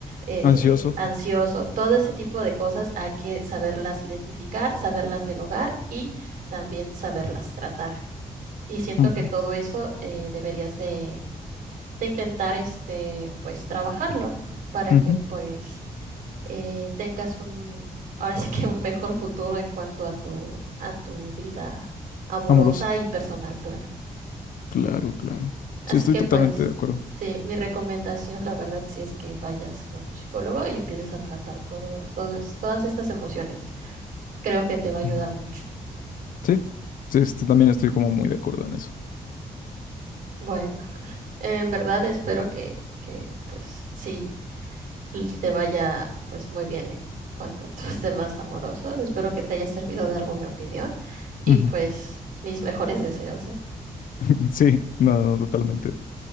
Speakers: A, on the right; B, on the left.
A: eh,
B: ansioso.
A: ansioso, todo ese tipo de cosas hay que saberlas identificar, saberlas dialogar y también saberlas tratar. Y siento
B: Ujú,
A: que todo eso eh, deberías de de intentar este, pues trabajarlo para
B: ujú.
A: que pues eh, tengas un, ahora sí que un mejor futuro en cuanto a tu, a tu vida amorosa
B: Amorosa.
A: y personal, claro.
B: Claro, claro.
A: Así
B: Sí, estoy
A: que
B: totalmente
A: pues
B: de acuerdo.
A: sí, mi recomendación, la verdad, sí es que vayas con un psicólogo y empieces a tratar todo, todos, todas estas emociones. Creo que te va a ayudar
B: Ujú.
A: mucho.
B: Sí, sí, este, también estoy como muy de acuerdo en eso.
A: Bueno, en verdad espero que, que pues sí l- te vaya pues muy bien en cuanto a tus <laughs> temas amorosos. Espero que te haya servido de algo mi opinión y
B: Ujú.
A: pues mis mejores deseos, ¿eh?
B: <laughs> Sí, no, no, totalmente.